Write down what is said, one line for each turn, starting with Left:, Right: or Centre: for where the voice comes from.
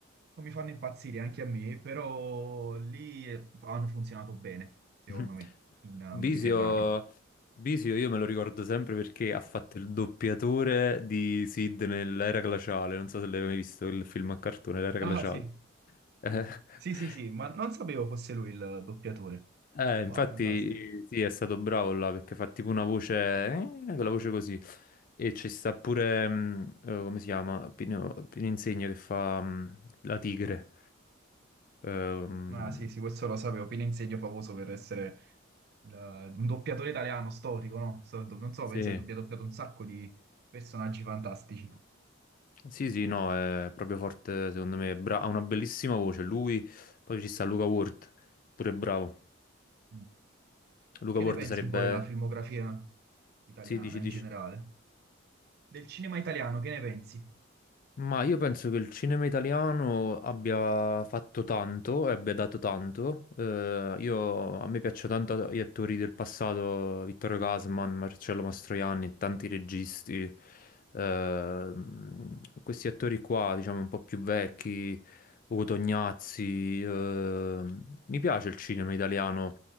Right: mi fanno impazzire anche a me, però lì eh, hanno funzionato bene, secondo
Left: <laughs>
Right: me, in eh,
Left: Bisio...
Right: Mediterraneo.
Left: Bisio io me lo ricordo sempre perché ha fatto il doppiatore di Sid nell'Era Glaciale, non so se l'hai mai visto il film a cartone, l'Era Glaciale.
Right: Ah, sì.
Left: Eh, <laughs>
Right: Sì, sì, sì, ma non sapevo fosse lui il doppiatore.
Left: Eh, infatti
Right: Wow, fantastico.
Left: sì, è stato bravo là perché fa tipo una voce, eh, con la voce così. E ci sta pure, mh, eh, come si chiama? Pino, Pino Insegno che fa mh, la tigre. Ehm,
Right: Ah, sì, sì, questo lo sapevo. Pino Insegno famoso per essere il- un doppiatore italiano storico, no? So- do- Non so,
Left: sì.
Right: penso che abbia doppiato un sacco di personaggi fantastici.
Left: Sì, sì, no, è proprio forte secondo me. Bra- ha una bellissima voce. Lui, poi ci sta Luca Ward, pure bravo.
Right: Mm.
Left: Luca
Right: E che
Left: Ward
Right: ne pensi
Left: sarebbe...
Right: un po' della filmografia italiana
Left: Sì, dici, dici.
Right: in generale? Del cinema italiano, che ne pensi?
Left: Ma io penso che il cinema italiano abbia fatto tanto e abbia dato tanto. Eh, io- a me piacciono tanto gli attori del passato, Vittorio Gassman, Marcello Mastroianni, tanti registi. Ehm, questi attori qua, diciamo un po' più vecchi, Ugo Tognazzi. ehm, mi piace il cinema italiano.